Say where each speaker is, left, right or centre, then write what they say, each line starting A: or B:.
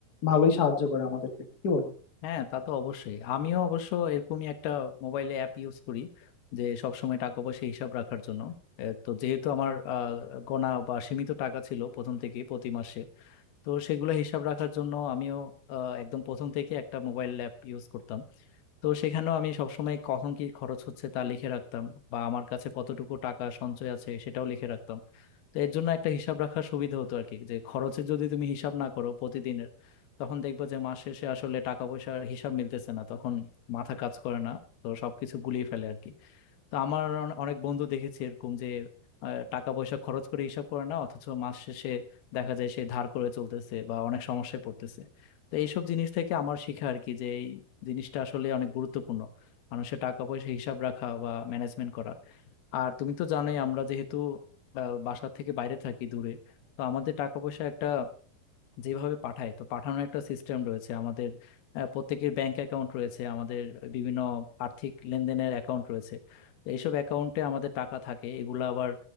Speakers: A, on the left; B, on the left.
A: ভালোই সাহায্য করে আমাদেরকে কি বলো
B: হ্যাঁ তা তো অবশ্যই আমিও অবশ্য এরকমই একটা মোবাইলে অ্যাপ ইউজ করি যে সবসময় টাকা পয়সা হিসাব রাখার জন্য এ, তো যেহেতু আমার আহ, গোনা বা সীমিত টাকা ছিল প্রথম থেকেই প্রতি মাসে তো সেগুলো হিসাব রাখার জন্য আমিও আহ, একদম প্রথম থেকে একটা মোবাইল অ্যাপ ইউজ করতাম তো সেখানেও আমি সবসময় কখন কি খরচ হচ্ছে তা লিখে রাখতাম বা আমার কাছে কতটুকু টাকা সঞ্চয় আছে সেটাও লিখে রাখতাম তো এর জন্য একটা হিসাব রাখার সুবিধা হতো আর কি যে খরচের যদি তুমি হিসাব না করো প্রতিদিনের তখন দেখবা যে মাস শেষে আসলে টাকা পয়সার হিসাব মিলতেছে না তখন মাথা কাজ করে না তো সবকিছু গুলিয়ে ফেলে আর কি তো আমার অনে- অনেক বন্ধু দেখেছি এরকম যে আহ, টাকা পয়সা খরচ করে হিসাব করে না অথচ মাস শেষে দেখা যায় সে ধার করে চলতেছে বা অনেক সমস্যায় পড়তেছে তো এইসব জিনিস থেকে আমার শিখা আর কি যে এই জিনিসটা আসলে অনেক গুরুত্বপূর্ণ মানুষের টাকা পয়সা হিসাব রাখা বা ম্যানেজমেন্ট করা আর তুমি তো জানোই আমরা যেহেতু আহ, বাসা থেকে বাইরে থাকি দূরে তো আমাদের টাকা পয়সা একটা যেভাবে পাঠায় তো পাঠানোর একটা সিস্টেম রয়েছে আমাদের আহ, প্রত্যেকের ব্যাংক অ্যাকাউন্ট রয়েছে আমাদের বিভিন্ন আর্থিক লেনদেনের অ্যাকাউন্ট রয়েছে তো এইসব অ্যাকাউন্টে আমাদের টাকা থাকে এগুলো আবার